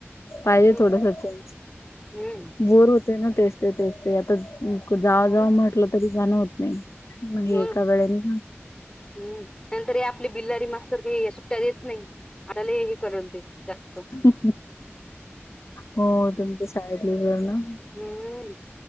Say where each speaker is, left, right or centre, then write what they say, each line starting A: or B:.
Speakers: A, on the left; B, on the left.
A: पाहिजे
B: हम्म
A: थोडंसं चेंज
B: हम्म
A: बोर होत ते ना, तेच ते तेच ते आता. जाव
B: हो
A: जावं
B: ना
A: म्हटलं तरी जाणं होत नाही मग
B: हो
A: एका वेळेने
B: हम्म. नंतर हे आपले बिल्लारी मास्तर हे सुट्टया देत नाही आपल्याला हे करून दे जास्त.
A: हम्मं. हमं. हो तुम्ही ते सांगितलेलं ना.
B: हंम्म. हंम्म.